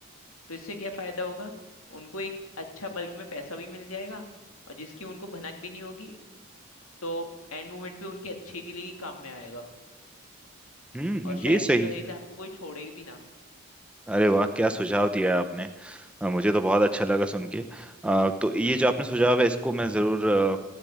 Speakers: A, on the left; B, in the centre.
A: तो इससे क्या फायदा होगा उनको एक अच्छा बल्क में पैसा भी मिल जाएगा और जिसकी उनको भनक भी नहीं होगी तो एंड मोमेंट पे उनके अच्छे के लिए ही काम में आएगा
B: हम्म,
A: और शायद
B: ये सही
A: इस वजह से आपको कोई छोड़े भी ना
B: अरे वाह क्या सुझाव दिया है आपने अ, मुझे तो बहुत अच्छा लगा सुन के अ, तो ये जो आपने सुझाव है इसको मैं ज़रूर अ,